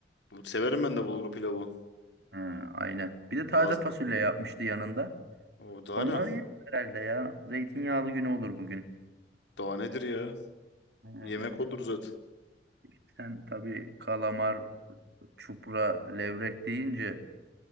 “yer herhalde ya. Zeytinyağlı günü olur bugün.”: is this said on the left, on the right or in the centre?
Right